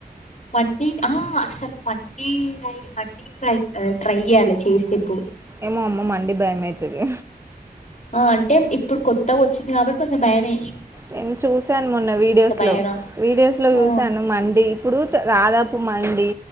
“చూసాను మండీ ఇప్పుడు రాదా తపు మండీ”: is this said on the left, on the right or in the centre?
Right